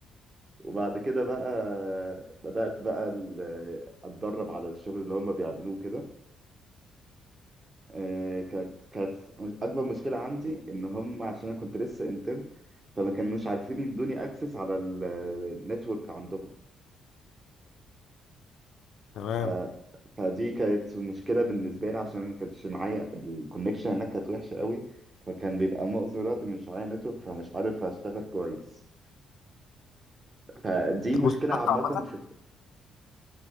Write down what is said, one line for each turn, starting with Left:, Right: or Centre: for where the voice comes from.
Right: وبعد كده بقى بدات بقى ال- اتدرب على الشغل اللي هم بيعملوه كده آه، كانت كانت مش- اكبر مشكله عندي ان هم عشان انا كنت لسه انتم فما كانوش عارفين يدوني اكسس على النتورك عندهم
Left: تمام
Right: ف... فدي كانت مشكله بالنسبه لي عشان ما كانش معايا الكونكشن هناك كانت وحشه قوي فكان بيبقى معظم الوقت مش معايا نتورك فمش عارف اشتغل كويس فدي
Left: طب
Right: مشكله
Left: واستفدت
Right: عامه
Left: عامة
Right: في